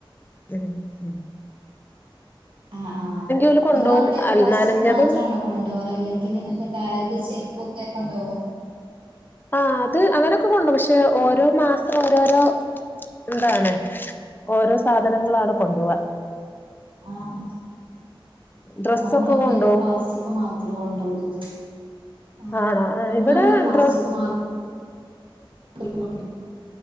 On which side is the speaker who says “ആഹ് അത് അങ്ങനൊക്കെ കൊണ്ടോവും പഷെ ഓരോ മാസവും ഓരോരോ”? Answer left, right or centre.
Left